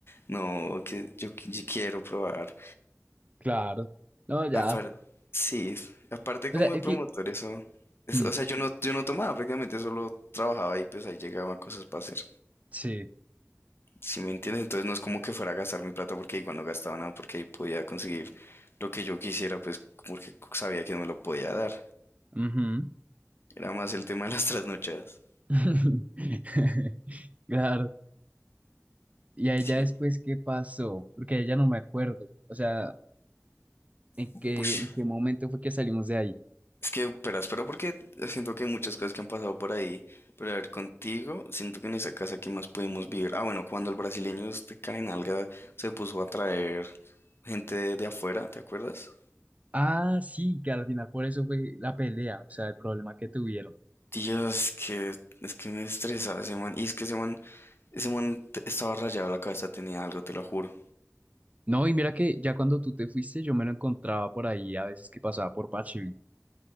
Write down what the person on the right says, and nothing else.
claro. No, ya.
O
sea, es
que.
mm,
sí.
ujú.
<laughs> Claro. Y a
ella después, ¿qué pasó? Porque a ella no me acuerdo. O sea, ¿en
qué, en qué momento fue que salimos de ahí?
Ah, sí, que al final por eso fue la pelea, o sea, el problema que tuvieron.
No, y mira que ya cuando tú te fuiste, yo me lo encontraba por ahí a veces que pasaba por Parcheville.